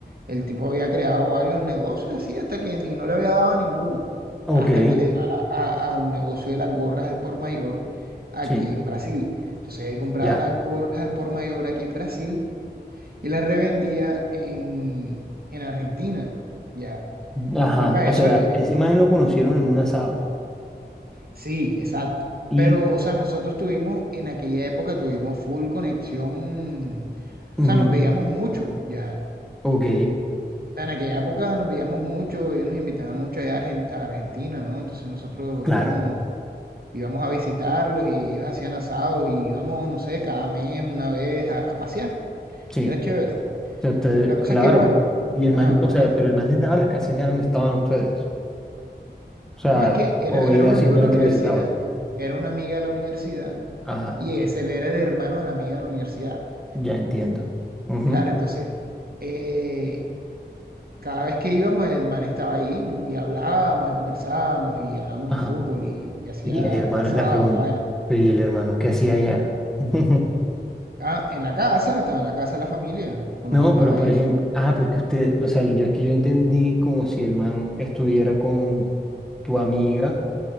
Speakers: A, on the right; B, in the centre.
A: El tipo había creado varios negocios así hasta que y no le había dado a ninguno.
B: ok,
A: Hasta que le dio a, a- a un negocio de las gorras al por mayor aquí
B: sí,
A: en Brasil. Entonces él compraba
B: ya.
A: las gorras al por mayor aquí en Brasil y las revendía en, en Argentina. Ya.
B: Ajá,
A: Y para
B: o
A: eso,
B: sea,
A: entonces.
B: ese man lo conocieron en un asado.
A: Sí, exacto.
B: Y,
A: Pero, o sea, nosotros tuvimos, en aquella época tuvimos full conexión,
B: ujú,
A: o sea, nos veíamos mucho ya.
B: ok,
A: En aquella época nos veíamos mucho, ellos nos invitaban mucho allá a Argen- a Argentina, ¿no? Entonces nosotros
B: claro,
A: íbamos, íbamos a visitarlos y ellos hacían asados y íbamos, no sé, cada mes, una vez a, a pasear.
B: sí.
A: Era chévere.
B: O sea, ustedes,
A: La cosa
B: claro.
A: es que, bueno,
B: Y el
A: ajá,
B: man, o
A: con
B: sea,
A: el...
B: pero el man les daba la casa allá donde estaban ustedes. O sea,
A: No, es que era,
B: o
A: era
B: ella
A: un
B: simplemente
A: amigo de la universidad,
B: lo visitaba.
A: era una amiga de la universidad
B: Ajá,
A: y ese él era el hermano de la amiga de la universidad. pues.
B: ya entiendo. Ujú,
A: Claro, entonces, eh, cada vez que íbamos, el man estaba ahí ¿no? y hablábamos y conversábamos y hablábamos
B: ajá.
A: de fútbol y, y hacía
B: Y el hermano,
A: asados
B: la pregunta,
A: y vaina.
B: pero ¿y el hermano qué hacía allá? <laughs>
A: Ah, en la casa, estaba en la casa de la familia, con
B: No,
A: la mamá
B: pero por
A: y
B: ejemplo,
A: eso.
B: ah, pero es que usted, o sea, yo es que yo entendí como si el man estuviera con tu amiga